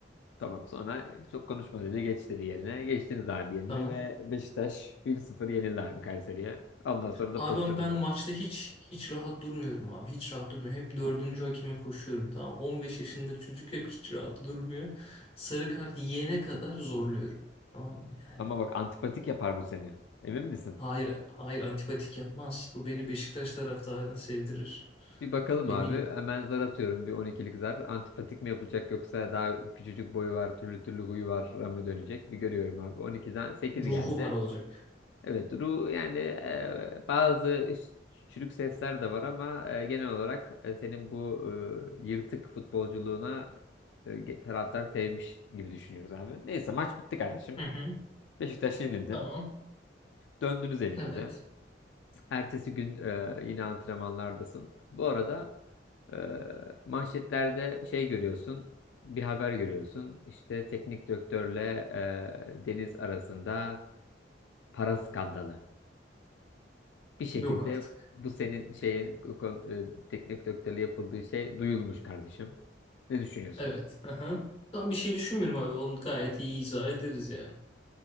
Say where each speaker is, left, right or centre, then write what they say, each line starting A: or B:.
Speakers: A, on the left (about 75°); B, on the left (about 30°).
A: Tamam sonra e, çok konuşma dedi geç dedi yerine. Geçtiniz abi yerine
B: Tamam.
A: ve Beşiktaş bir sıfır yenildi abi Kayseri'ye. Ondan sonra da
B: Abi
A: pozisyon
B: ben ben
A: var.
B: maçta hiç hiç rahat durmuyorum abi. Hiç rahat durmuyorum. Hep dördüncü hakeme koşuyorum. Tamam. on beş yaşında çocuk hep hiç rahat durmuyor. Sarı kart yiyene kadar zorluyorum. Tamam mı yani?
A: Ama bak antipatik yapar bu seni. Emin misin?
B: Hayır, hayır antipatik yapmaz. Bu beni Beşiktaş taraftarına sevdirir.
A: Bir bakalım
B: Eminim.
A: abi. Hemen zar atıyorum bir 12'lik zar. Antipatik mi yapacak yoksa daha küçücük boyu var, türlü türlü huyu var mı dönecek? Bir görüyorum abi. on iki'den 8 geldi.
B: Ruhu var olacak.
A: Evet, ru yani e, bazı ş- çürük sesler de var ama e, genel olarak e, senin bu e, yırtık futbolculuğuna e, ge- taraftar sevmiş gibi düşünüyoruz abi. Neyse maç bitti kardeşim.
B: Hı hı.
A: Beşiktaş yenildi.
B: Tamam.
A: Döndünüz evinize.
B: Evet.
A: Ertesi gün e, yine antrenmanlardasın. Bu arada e, manşetlerde şey görüyorsun, bir haber görüyorsun. İşte teknik direktörle e, Deniz arasında para skandalı. bir şekilde
B: Yok artık.
A: bu senin şeyin kon- e, teknik direktörle yapıldığı şey duyulmuş kardeşim. Ne düşünüyorsun?
B: Evet. Aha. Tam bir şey düşünmüyorum abi. Onu gayet iyi izah ederiz yani.